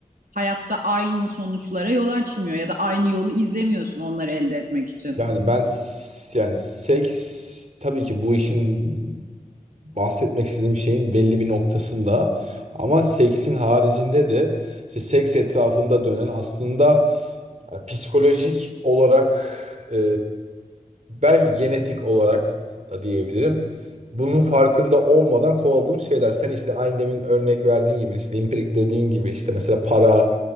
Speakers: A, on the right; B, on the right.
A: hayatta aynı sonuçlara yol açmıyor ya da aynı yolu izlemiyorsun onları elde etmek için.
B: yani ben s- yani seks tabii ki bu işin bahsetmek istediğim şeyin belli bir noktasında ama seksin haricinde de işte seks etrafında dönen aslında yani psikolojik olarak e, belki genetik olarak da diyebilirim. Bunun farkında olmadan kovaladığım şeyler. Sen işte aynı demin örnek verdiğin gibi işte impirik dediğin gibi işte mesela para,